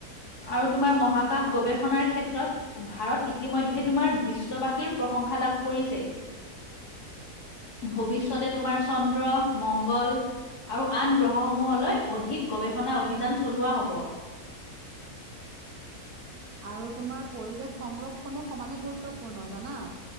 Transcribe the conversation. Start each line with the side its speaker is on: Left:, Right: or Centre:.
Left: আৰু তোমাৰ মহাকাশ গৱেষণাৰ ক্ষেত্ৰ ক্ষেত্ৰত, ভাৰত ইতিমধ্যে তোমাৰ বিশ্ববাসীৰ প্ৰশংসা লাভ কৰিছে। ভৱিষ্যতে তোমাৰ চন্দ্ৰ, মংগল। আৰু আন গ্ৰহসমূহলৈ অধিক গৱেষণা অভিযান চলোৱা হ'ব।
Right: আৰু তোমাৰ পৰিৱেশ সংৰক্ষণো, সমানে গুৰুত্বপূৰ্ণ জানা।